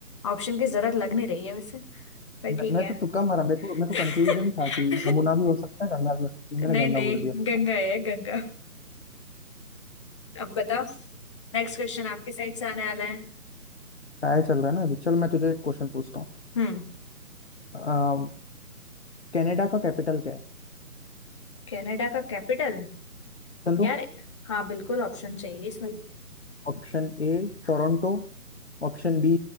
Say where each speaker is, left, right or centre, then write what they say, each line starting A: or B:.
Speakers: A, on the left (about 20°); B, on the left (about 45°).
A: ऑप्शन की जरूरत लग नहीं रही है वैसे पर
B: मैं,
A: ठीक
B: मैं
A: है
B: तो तुक्का मारा मेरे को मेरे
A: <laughs>
B: को कंफ्यूजन था कि यमुना भी हो सकता है गंगा भी हो सकती है मैंने
A: नहीं
B: गंगा
A: नहीं
B: बोल दिया
A: गंगा है गंगा अब बता नेक्स्ट क्वेश्चन आपके साइड से आने वाला है
B: टाई चल रहा है ना अभी चल मैं तुझे एक क्वेश्चन पूछता हूँ
A: हम्म
B: अ, कनाडा का कैपिटल क्या है
A: कनाडा का कैपिटल
B: ऑप्शन दो
A: यार हाँ बिल्कुल ऑप्शन चाहिए इसमें
B: Option A Toronto option B